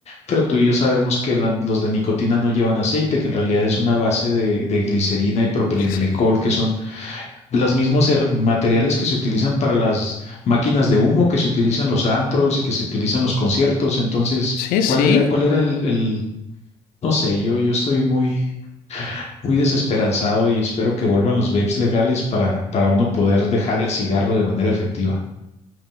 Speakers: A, on the left; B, on the left.
A: Pero tú y yo sabemos que la- los de nicotina no llevan aceite, que en realidad es una base de, de glicerina y propilenglicol,
B: Glicerina.
A: que son los mismos her- materiales que se utilizan para las máquinas de humo, que se utilizan los antros y que se utilizan los conciertos. Entonces,
B: Sí, sí.
A: ¿cuál era, cuál era el, el- no sé, yo, yo estoy muy, muy desesperanzado y espero que vuelvan los vapes legales para, para uno poder dejar el cigarro de manera efectiva.